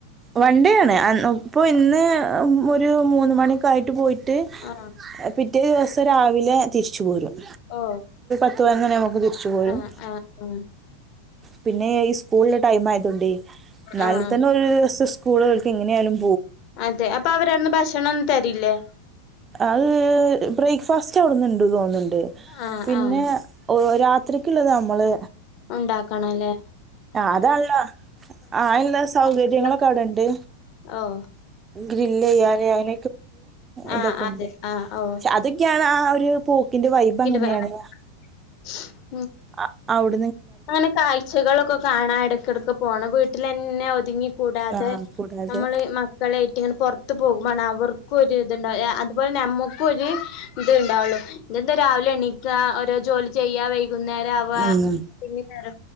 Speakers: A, on the right; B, on the left.
A: വൺണ്ടേ ആണ് ഇപ്പൊ ഇന്ന് ഒരു മൂന്ന് മണിക്ക ആയിട്ട പോയിട്ട്
B: ആഹ്
A: പിറ്റേ ദിവസം രാവിലെ തിരിച്ച പോരും
B: ഓ
A: ത്ത എങ്ങനെ നമുക്ക് തിരിച്ചു പോരും
B: ആഹ് ആഹ് ആഹ്
A: പിന്നെ ഈ സ്കൂളിടൈം ആയതോണ്ട് <unintelligible> ന്നാൽ
B: ആഹ്
A: തന്നെ ഒരു ദിവസം സ്കൂളുകൾക്ക് എങ്ങനെ യാലും
B: അതെ അപ്പൊ അവരാട്ന്ന് ഭക്ഷണം ഒന്നും തരില്ലേ
A: അത് ബ്രേക്ക്ഫാസ്റ്റ് അവിടുന്നുണ്ട് തോന്നുന്നുണ്ട്
B: ആഹ്
A: പിന്നെ
B: ആഹ്
A: ഓ രാത്രിക്കുള്ളത് നമ്മള്
B: ഉണ്ടാക്കണം അല്ലേ
A: അതല്ല ആ എന്താ സൗകര്യങ്ങളൊക്കെ
B: പാത്രങ്ങളൊക്കെ
A: അവിടെണ്ട്
B: ഓ
A: ഗ്രിൽയ്യാൻ ഐൻ
B: ആഹ്
A: ഇതൊക്കെണ്ട്
B: അതെ ആഹ് ഓ
A: ചെ അതൊക്കെയാണ് ആ ഒരു പോ ഇതിന്റെ വൈബ്
B: ഇരുപ
A: അങ്ങനെയാണ് ന്ന
B: <inaudible>
A: ആ അവിട്ന്ന്
B: അങ്ങനെ കാഴ്ചകളൊക്കെ കാണാൻ ഇടക്കിടക്ക് പോണം വീട്ടിലന്നെ ഒതുങ്ങി കൂടാതെ
A: ആ കൂടാതെ
B: നമ്മള് മക്കളയിട്ട് ഇങ്ങനെ പുറത്ത് പോകുമ്പാണ് അവർക്കുംഒര് ഇതുണ്ടവും അതുപോലെ നമ്മുക് ഒരു ഇത് ഇണ്ടാവുള്ളു ഇതെന്താ രാവിലെ എണീക്കാ ഓരോ ജോലി ചെയ്യ വൈകുന്നേരം ആവ
A: ഉം
B: പിന്ന